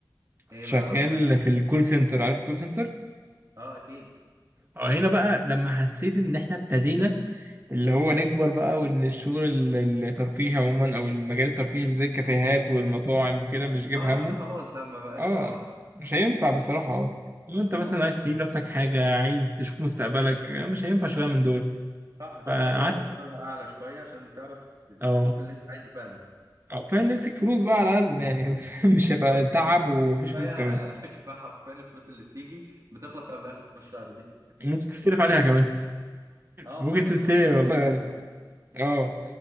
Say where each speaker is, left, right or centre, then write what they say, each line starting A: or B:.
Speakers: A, on the right (about 50°); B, on the right (about 30°).
A: ايه
B: شغال
A: بقى قول لي
B: في الكول سنتر عارف الكول سنتر
A: اه اكيد
B: اه هنا بقى لما حسيت ان احنا ابتدينا اللي هو نكبر بقى وان الشغل ال- الترفيهي عموما او المجال الترفيهي اللي زي الكافيهات والمطاعم وكده مش جايب
A: اه
B: همه
A: لا ده خلاص ده ما بقاش
B: اه
A: اه
B: مش هينفع بصراحة اه لو
A: بالظبط
B: انت مثلا عايز تجيب نفسك حاجة عايز تشوف مستقبلك آه، مش هينفع شوية من دول
A: صح هتشوف
B: فقعدت
A: حاجه بقى مرتبها اعلى شويه عشان تعرف ت-
B: اه
A: تشوف اللي انت عايزه فعلا
B: اه فاهم نمسك فلوس بقى على الأقل يعني <laughs> مش
A: بالظبط
B: هيبقى تعب ومفيش
A: كفايه
B: فلوس كمان
A: <laughs> كفايه حرفيا الفلوس اللي بتيجي بتخلص قبل اخر الشهر دي
B: ممكن تستلف عليها كمان
A: اه
B: ممكن
A: بالظبط
B: تستلف
A: لا انت بتحط
B: والله
A: من جيبك
B: <laughs> اه